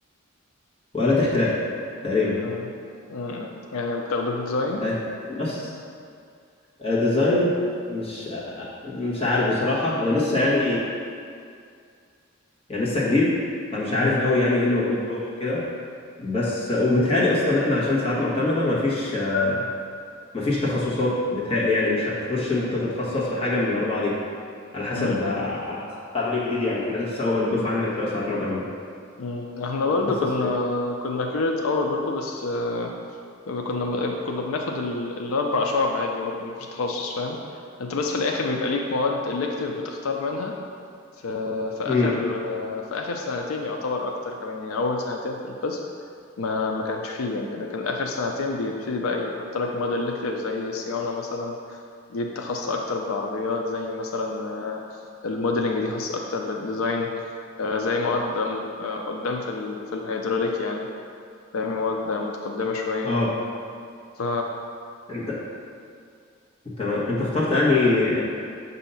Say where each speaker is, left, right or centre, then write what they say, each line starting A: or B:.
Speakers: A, on the left (about 30°); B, on the left (about 85°).
A: وآلات احتراق تقريبا
B: مم. مم. يعني بتاخدوه في ديزاين
A: آه، نفس ديزاين مش آه، آه، مش عارف بصراحة أنا لسه يعني يعني لسه جديد فمش عارف
B: مم.
A: قوي يعني ايه اللي موجود جوه وكده بس وبيتهيألي اصلا احنا عشان ساعات معتمدة مفيش آه، مفيش تخصصات بيتهيألي يعني مش هتخش انت تتخصص في حاجة من الأربعة دي على حسب
B: مم.
A: آه، على حسب التعديل الجديد يعني احنا لسه أول دفعة لنا بتوع ساعات معتمدة
B: مم. احنا برضو
A: فتخصصت
B: كنا
A: ايه؟
B: كنا كريدت اور برضو بس آه، كنا كنا بناخد ال... الاربع شعب عادي برضو مفيش تخصص فاهم انت بس في الاخر بيبقى ليك مواد الكتيف بتختار منها في في اخر
A: امم
B: آه، في اخر سنتين يعتبر اكتر كمان يعني اول سنتين في القسم ما ما كانش فيه يعني لكن اخر سنتين بيبتدي بقى يحط لك مواد الكتيف زي صيانة مثلا جبت خاصة أكتر بالعربيات زي مثلا آه، الموديلنج دي خاصة أكتر بالديزاين آه، زي مواد مت- آه، قدام في ال... في الهيدروليك يعني فاهمين مواد متقدمة شوية
A: اه
B: ف
A: انت انت انت اخترت انهي